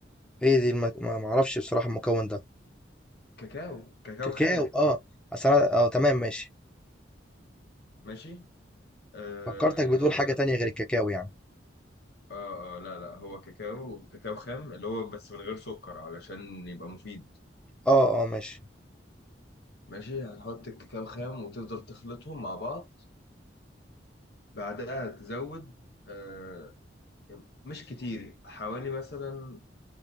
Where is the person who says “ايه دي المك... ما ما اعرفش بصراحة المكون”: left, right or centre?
Centre